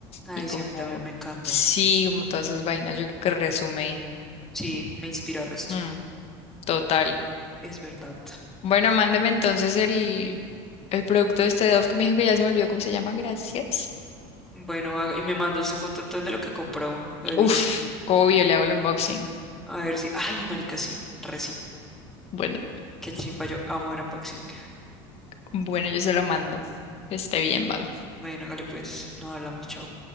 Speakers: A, in the centre; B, on the left.
A: Ay,
B: y como,
A: sí, a mí también me encanta.
B: sí, como todas esas vainas, yo creo que resume.
A: Sí, me inspira el resto.
B: mm, total.
A: Es verdad.
B: Bueno, mándeme entonces el, el producto de este Dove que me dijo que ya se me olvidó cómo se llama, gracias.
A: Bueno, haga- y me mandó usted foto entonces de lo que compró de
B: Uf,
A: Vichy.
B: obvio, le hago el unboxing.
A: A ver si. Ay, marica, sí, re sí.
B: Bueno,
A: Qué chimba, yo amo ver unboxing.
B: bueno, yo se lo mando. Que esté bien, vago.
A: Bueno, hágale pues, nos hablamos, chao.